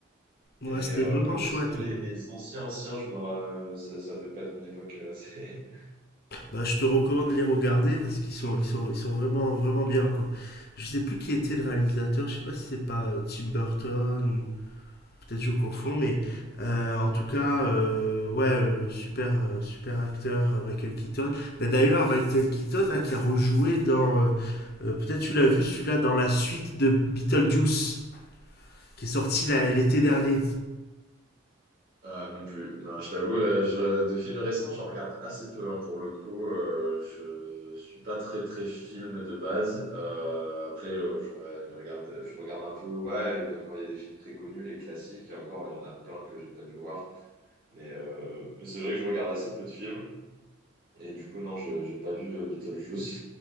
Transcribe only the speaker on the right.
Mais,
euh,
mais non,
sinon, les, les anciens, anciens, je me, ra- ça, ça devait pas être mon époque. euh, <laughs>
Ah, non plus. Non, je t'avoue, euh, je- de films récents, j'en regarde assez peu hein, pour le coup. euh, je je suis pas très très film de base. Euh, après, euh, je, je regarde, je regarde un peu. Ouais, et encore il y a des films très connus, les classiques. Et encore, il y en a plein que j'ai pas dû voir. Mais, euh, mais c'est vrai que je regarde assez peu de films. Et du coup, non, je j'ai pas vu euh, Beetlejuice.